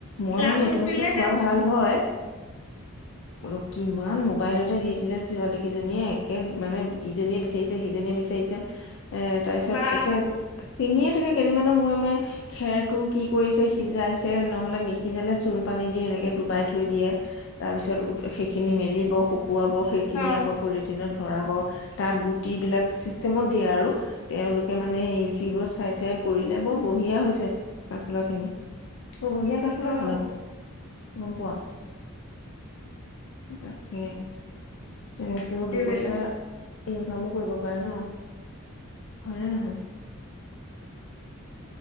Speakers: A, on the left; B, on the left.
A: মই
B: লাভ
A: মানে এইটো
B: হৈছিল
A: বস্তু
B: নে
A: খোৱা
B: তেওঁৰ
A: ভাল হয় অ' কিমান মোবাইলতে দি দিলে ছোৱালী কেইজনীয়ে একে মানে ইজনীয়ে বিচাৰিছে সিজনীয়ে বিচাৰিছে এ তাৰপিছত
B: বা
A: একে চিঙিয়ে থাকে কেেই মানে মই মই খেৰটো কি কৰিছে সিজাইছে নহলে নিসিজালে চূণ পানী দি এনেকে ডুবাই থৈ দিয়ে তাৰ পিছত সেইখিনি মেলিব শুকুৱাব সেইখিনি
B: অ
A: আকৌ পলিথিনত ধৰাব তাত গুট বিিলাক চিষ্টেমত দিয়ে আৰু তেওঁলোকে মানে ইউটিউবত চাই চাই কৰিলে বৰ বঢ়িয়া হৈছে পঠখুলা খিনি অ বঢহিয়া ঘাটফুলা
B: অ
A: হ'ল আকৌ গম পোৱা তাকে তেনেকৈ দুপইচা
B: সেইবিলাক
A: ইনকামো কৰিব পাৰে ন হয়নেে নহয়